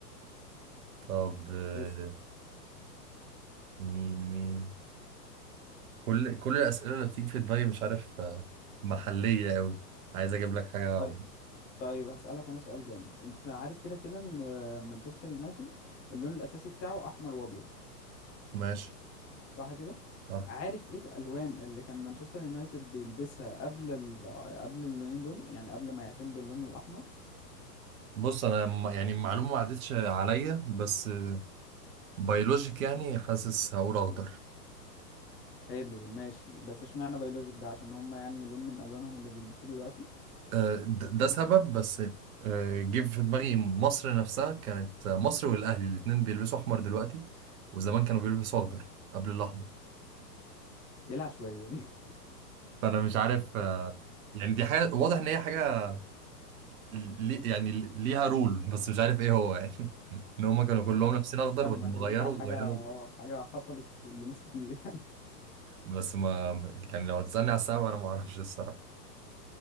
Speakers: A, on the right; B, on the left.
A: طب آه،
B: اسأل
A: مين مين كل كل الاسئله اللي بتيجي في دماغي مش عارف آه، محليه قوي عايز اجيب لك حاجه
B: طيب طيب هسألك انا سؤال جامد انت عارف كده كده ان آه، مانشستر يونايتد اللون الاساسي بتاعه احمر وابيض
A: ماشي
B: صح كده
A: صح
B: عارف ايه الالوان اللي كان مانشستر يونايتد بيلبسها قبل ال... قبل اللونين دول يعني قبل ما يعتمدوا اللون الاحمر
A: بص انا م- يعني المعلومه ما عدتش عليا بس بيولوجيك يعني حاسس هقول اخضر
B: حلو ماشي بس اشمعنى بيولوجيك ده عشان هم يعني لون من الوانهم اللي بيلبسوه دلوقتي
A: آه، د- ده سبب بس آه، جه في دماغي مصر نفسها كانت مصر والاهلي الاتنين بيلبسوا احمر دلوقتي وزمان كانوا بيلبسوا اخضر قبل الاحمر
B: ايه العشوائيه دي
A: فانا مش عارف آه، يعني دي حاجه واضح ان هي حاجه لي يعني ليها رول بس مش عارف ايه هو يعني <laughs> ان هم كانوا
B: <laughs>
A: كلهم
B: ف-
A: لابسين اخضر
B: فاهمك
A: ولما
B: اللي
A: غيروا
B: هي حاجه
A: غيروا
B: اه حاجه حصلت لناس كتير يعني
A: بس ما يعني لو هتسالني على السبب انا ما اعرفش الصراحه